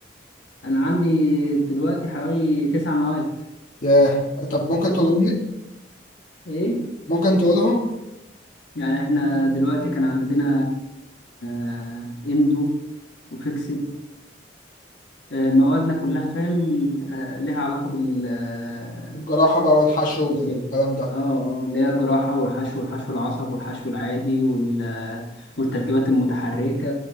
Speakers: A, on the left (about 75°); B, on the left (about 45°).
A: انا عندي دلوقتي حوالي تسع مواد
B: ياه طب ممكن
A: اه
B: تقولهم لي؟
A: ايه
B: ممكن تقولهم؟
A: يعني احنا دلوقتي كان عندنا آه، اندو وفيكسد آه، موادنا كلها فاهم آه، لها علاقة بالتخصص
B: الجراحة بقى والحشو والكلام
A: يعني
B: ده
A: اه اه اللي هي الجراحة والحشو وحشو العصب والحشو العادي وال- آه، والتركيبات المتحركة